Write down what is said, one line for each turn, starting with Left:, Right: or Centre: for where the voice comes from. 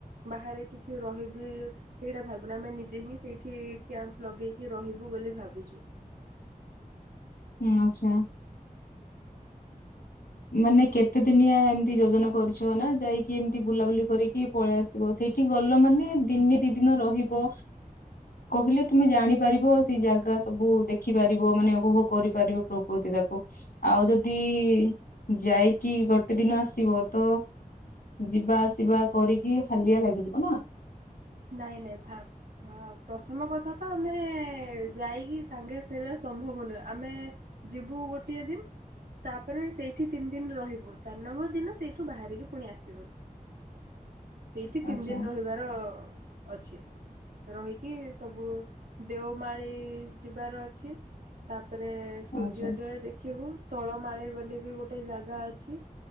Right: ବାହାରେ କିଛି ରହିବୁ ସେଇଟା ଭାବିନୁ, ଆମେ ନିଜେ ହିଁ ସେଇଠି କ୍ୟାମ୍ପ ଲଗେଇକି ରହିବୁ ବୋଲି ଭାବିଛୁ।
Left: ହୁଁ-ଆଛା। ମାନେ କେତେ ଦିନିଆ ଏମତି ଯୋଜନା କରିଛ ନା ଯାଇକି ଏମିତି ବୁଲାବୁଲି କରିକି ପଳେଇ ଆସିବ, ସେଇଠି ଗଲ ମାନେ ଦିନେ ଦି ଦିନ ରହିବ କହିଲେ ତୁମେ ଜାଣିପାରିବ ସେଇ ଜାଗା ସବୁ ଦେଖିପାରିବ ମାନେ ଉପଭୋଗ କରି କରିବ ପ୍ରକୃତିଟାକୁ, ଆଉ ଯଦି ଯାଇକି ଗୋଟେ ଦିନ ଆସିବ ତ ଯିବା ଆସିବା କରିକି ହାଲିଆ ଲାଗିଯିବ ନା।
Right: ନାଇଁ ନାଇଁ, ଫା-ଫ୍-ପ୍ରଥମ କଥା ତ ଆମେ ଯାଇକି ସାଙ୍ଗେ ଫେରିବା ସମ୍ଭବ ନୁହେଁ, ଆମେ ଯିବୁ ଗୋଟିଏ ଦିନ୍ ତାପରେ ସେଇଠି ତିନି ଦିନ ରହିବୁ, ଚାରି ନମ୍ବର ଦିନ ସେଇଠୁ ବାହାରିକି ପୁଣି ଆସିବୁ। ସେଇଠି ତିନି
Left: ଆଚ୍ଛା
Right: ଦିନ୍ ରହିବାର ଅଛି, ରହିକି ସବୁ ଦେଓମାଳି ଯିବାର ଅଛି ତା ତାପରେ ସୂର୍ଯ୍ୟୋଦୟ
Left: ଆଚ୍ଛା
Right: ଦେଖିବୁ ତଳ ମାଳି ବୋଲି ବି ଗୋଟେ ଜାଗା ଅଛି